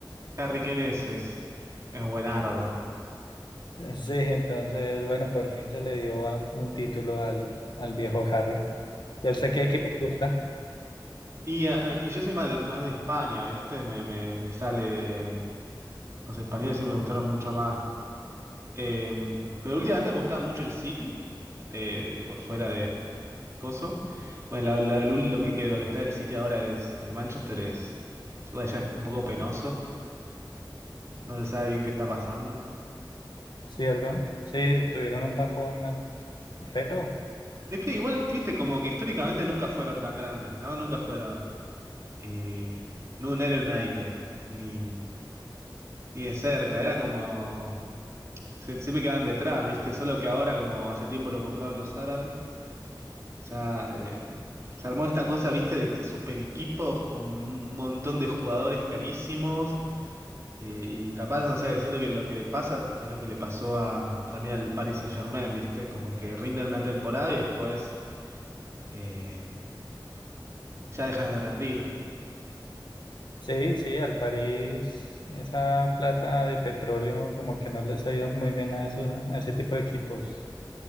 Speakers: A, on the right (about 35°); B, on the left (about 65°).
A: Harry Kane es, es, es buenarda.
B: Sí, entonces, bueno, por fin se le dio a- un título al, al viejo Harry. Ya sé qué equipo le gusta,
A: Y, ah, ah, y yo soy más de, más de España, ¿viste? Me, me, me sale de- Los españoles y me gustaron mucho más. Em, pero últimamente me gustaba mucho el City, de, por fuera de Coso. Bueno, la, la- lo, lo que, queda- lo que está del City ahora es del Manchester es. Bueno, ya es un poco penoso. No se sabe bien qué está pasando.
B: ¿cierto? Sí, tuvieron un bajón as- feo.
A: Es que igual, viste, como que históricamente nunca fueron tan grandes, ¿no? Nunca fueron. Eh, no, no era United, ni, ni de cerca. Era como. sie- Siempre quedaban detrás, viste. Solo que ahora, como hace tiempo lo compraron los árabes. O sea, eh, se armó esta cosa, viste, de super equipos con un montón de jugadores carísimos. eh, y capaz, no sé, siento que lo que le pasa es lo que le pasó a, mm, también al Paris Saint-Germain, viste, como que rinden una temporada y después eh, ya dejan de rendir.
B: Sí, sí, al París, esa plata de petróleo como que no les ha ido muy bien a, esos, a ese tipo de equipos.